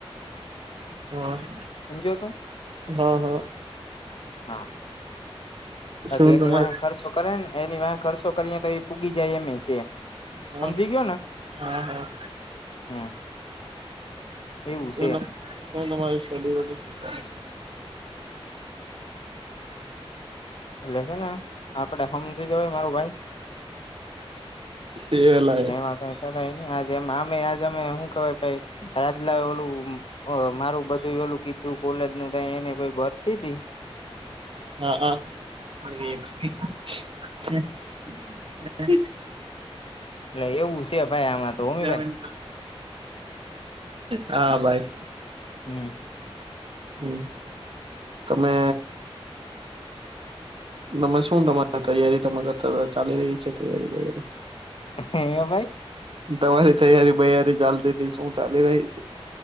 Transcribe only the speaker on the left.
સમજ્યો તું
હા બાકી
એની
વાહે ખર્ચો કરે ને એની વાહે ખર્સો કરીએ તો એ પૂગી જાય અમે છે
સમજી ગયો ને
હમ એવું
છે
એટલે છે ને આપડે સમજી જવાય મારું ભાઈ
એમાં કઈ ચય ન આજમમે આજ અમે શું કહવાય રાજલા ઓલું હ મારું બધું એલું કીધું કોલેજ ન એને ભરતી જ
એટલે એવું છે ભાઈ આમાં તો હોમી
ભાઈ
હમ.
હે ભાઈ.